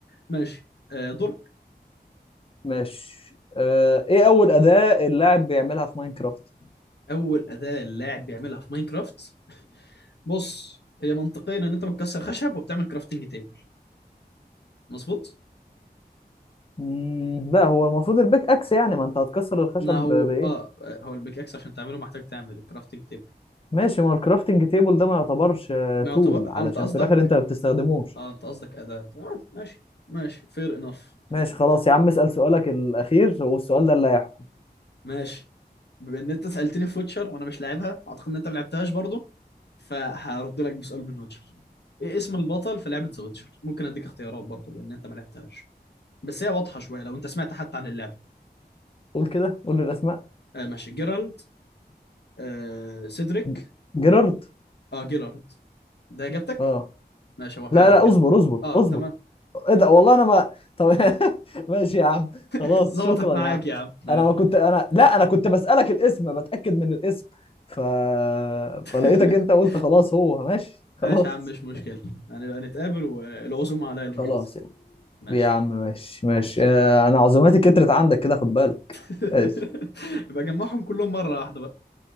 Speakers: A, on the left; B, on the left.
A: ماشي آه دورك
B: ماشي آه، ايه اول أداة اللاعب بيعملها في ماينكرافت
A: اول اداه اللاعب بيعملها في ماينكرافت بص هي منطقيا ان انت بتكسر خشب وبتعمل كرافتنج تيبل مظبوط؟
B: مم، لا هو المفروض البيك اكس يعني ما انت هتكسر الخشب
A: ما
B: ب-
A: هو
B: بايه
A: اه هو البيك اكس عشان تعمله محتاج تعمل الكرافتنج تيبل
B: ماشي ما هو الكرافتنج تيبل ده ما يعتبرش آه،
A: ما
B: تول
A: يعتبر
B: علشان
A: انت قصدك
B: في الاخر انت ما بتستخدموش
A: اه انت قصدك اداة تمام ماشي ماشي فير انف
B: ماشي
A: فير انف
B: خلاص يا عم اسأل سؤالك الاخير والسؤال ده اللي هيحكم
A: ماشي بما ان انت سالتني في ويتشر وانا مش لاعبها اعتقد ان انت ما لعبتهاش برضه فهرد لك بسؤال من ويتشر ايه اسم البطل في لعبه ذا ويتشر ممكن اديك اختيارات برضه بان انت ما لعبتهاش بس هي واضحه شويه لو انت سمعت حتى عن اللعبه
B: قول كده قول لي الاسماء
A: آه ماشي جيرالد آه سيدريك
B: ج- جيرارد
A: اه جيلارد ده اجابتك
B: اه
A: ماشي هو
B: لا
A: فعلا
B: لا
A: جيرالد
B: اصبر اصبر
A: اه
B: اصبر
A: تمام
B: ايه ده والله انا ما طب <laughs> ماشي يا عم خلاص
A: <laughs> ظبطت
B: شكرا
A: معاك
B: يا عم
A: يا عم ماشي
B: انا ما كنت انا لا انا كنت بسألك الاسم بتأكد من الاسم ف...
A: <laughs>
B: فلقيتك انت قلت خلاص هو ماشي خلاص
A: ماشي يا عم مش مشكلة هنبقى نتقابل والعزومة عليا المرة
B: خلاص
A: دي
B: يا عم
A: ماشي
B: يا عم ماشي ماشي
A: ماشي
B: آه،
A: تمام
B: انا عزوماتي كترت عندك كده خد بالك
A: <laughs>
B: ماشي
A: يبقى جمعهم كلهم مرة واحدة بقى